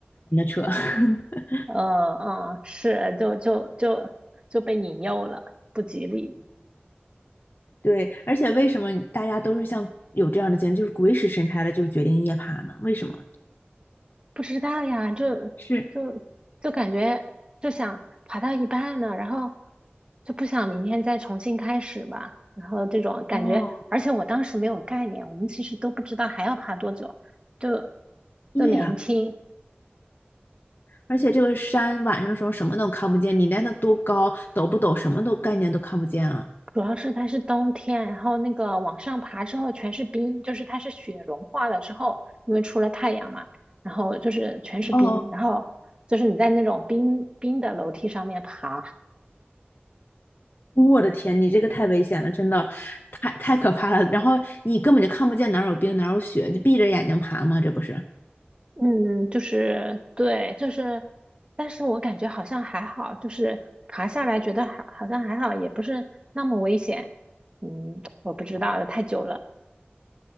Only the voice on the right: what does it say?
嗯嗯，是，就就就就被引诱了，不吉利。
不知道呀，就就就感觉就想爬到一半呢，
然后就不想明天再重新开始吧，然后这种感觉，
而且我当时没有概念，我们其实都不知道还要爬多久，就
就年轻，
主要是它是冬天，然后那个往上爬之后全是冰，就是它是雪融化了之后，因为出了太阳嘛，然后就是全是冰，
然后就是你在那种冰冰的楼梯上面爬。
嗯，就是对，就是，但是我感觉好像还好，就是爬下来觉得好，好像还好，也不是那么危险。嗯，我不知道了太久了。